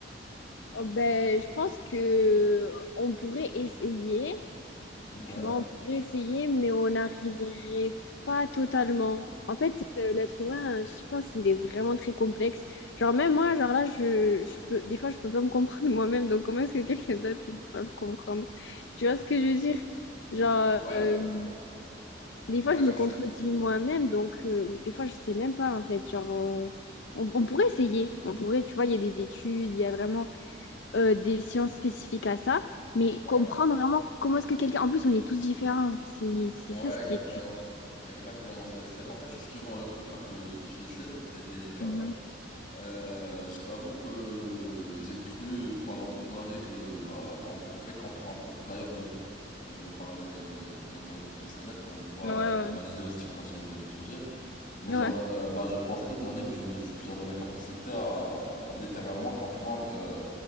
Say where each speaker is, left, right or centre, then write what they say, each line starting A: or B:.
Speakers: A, on the left; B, on the left.
A: Oh, ben, je pense que euh, on pourrait essayer.
B: Ouais.
A: Tu vois, on pourrait essayer, mais on n'arriverait pas totalement. En fait, euh, l'être humain, je pense, il est vraiment très complexe. Genre, même moi, genre là, je, je peux, des fois, je peux pas me comprendre <laughs> moi-même. Donc, comment est-ce que quelqu'un d'autre il peut me comprendre? Tu vois ce que je veux dire? Genre,
B: Ouais,
A: euh, Des
B: ouais,
A: fois, je
B: j'en
A: me contredis
B: sais.
A: moi-même, donc, euh, ou des fois, je sais même pas, en fait. Genre, euh, on, on pourrait essayer. On pourrait, tu vois, il y a des études, il y a vraiment euh, des sciences spécifiques à ça, mais
B: Ouais.
A: comprendre vraiment comment est-ce que quelqu'un. En plus, on est tous différents. C'est, c'est
B: Ouais,
A: ça ce
B: exactement.
A: qui est dur.
B: Exactement. C'est, c'est... En fait, c'est ce qui rend le truc un peu difficile et délicat.
A: Mhm.
B: Euh, je t'avoue que j'ai cru pendant toute ma vie que bah qu'on pouvait comprendre. D'ailleurs que je vais parler euh, d'un point de vue personnel pour ne pas
A: Ouais, ouais,
B: généraliser ou stigmatiser le sujet. Mais
A: ouais,
B: genre, euh, bah, je pensais toute ma vie que je, que j'avais la capacité à littéralement comprendre euh,